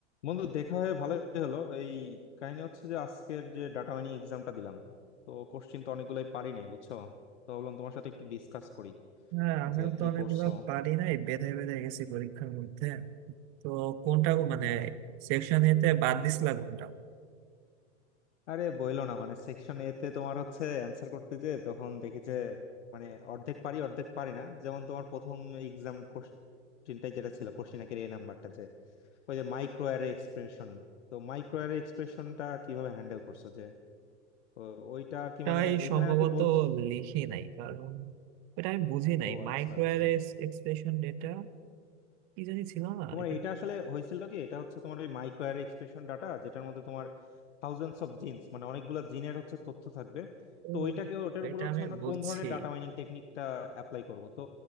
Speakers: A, on the left; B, on the right.
A: বন্ধু দেখা হয়ে ভালোই হলো এই কাহিনী হচ্ছে যে আজকের যে ডাটা মাইনিং এক্সামটা দিলাম তো কোশ্চিন তো অনেকগুলোই পারি নাই বুঝছো তো ভাবলাম তোমার সাথে একটু ডিসকাস করি
B: হ্যাঁ আমিও
A: যে
B: তো
A: কি
B: অনেকগুলো
A: করছো
B: পারি নাই বেঁধে বেঁধে গেছি পরীক্ষার মধ্যে তো কোনটা গো- মানে সেকশন এতে বাদ দিছিলা কোনটা
A: আরে বইলো না মানে সেকশন এ তে তোমার হচ্ছে অ্যান্সার করতে যে তখন দেখি যে মানে অর্ধেক পারি অর্ধেক পারি না যেমন তোমার প্রথম এক্সাম কোশ্চিনটাই যেটা ছিল কোশ্চিন একের এ নাম্বারটা যে ওই যে মাইক্রো অ্যারে এক্সপ্রেশন তো মাইক্রো অ্যারে এক্সপ্রেশনটা কিভাবে হ্যান্ডেল করছো যে ও- ওইটা আর কি
B: তাই
A: মানে ওইখানে
B: সম্ভবত
A: আর কি বলছ
B: লিখি নাই কারণ এটা আমি বুঝি নাই
A: ও আচ্ছা
B: মাইক্রো
A: আচ্ছা
B: এক্সপ্রেশন ডেটা কি জানি ছিল না
A: তোমার
B: এটা
A: এটা আসলে হয়েছিল কি এটা হচ্ছে তোমার ওই মাইক্রো অ্যারে এক্সপ্রেশন ডাটা যেটার মধ্যে তোমার থাউজেন্ডস অফ জিনস মানে অনেকগুলো জিনের হচ্ছে তথ্য থাকবে
B: ও,
A: তো ওইটাকে ওটার উপর
B: এটা
A: হচ্ছে
B: আমি
A: আমরা
B: বুঝছি
A: কোন ধরনের ডাটা মাইনিং টেকনিকটা অ্যাপ্লাই করব তো